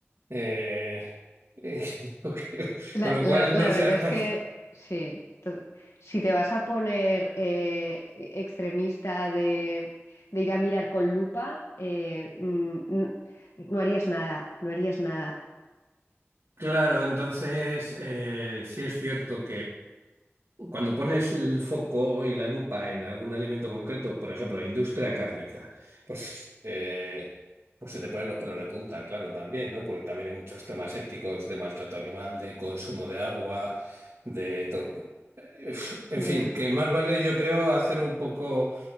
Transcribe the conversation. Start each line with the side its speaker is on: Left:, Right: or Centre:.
Right: Eh, eh, <laughs> yo creo-
Left: La,
Right: con lo
Left: la-
Right: cual
Left: la
Right: no sé
Left: verdad
Right: hasta
Left: es que
Right: qué.
Left: sí. To- Si te vas a poner eh, extremista de, de ir a mirar con lupa, eh, mm, n- no harías nada, no harías nada.
Right: Claro, entonces, eh, sí es cierto Cuando pones el foco y la lupa en algún alimento concreto, por ejemplo, industria cárnica, pues, eh, pues se te ponen los pelos de punta, claro, también, ¿no? Porque también hay muchos temas éticos de maltrato animal, de consumo de agua, de to- eh, En
Left: Ya,
Right: fin, que más vale, yo creo, hacer un poco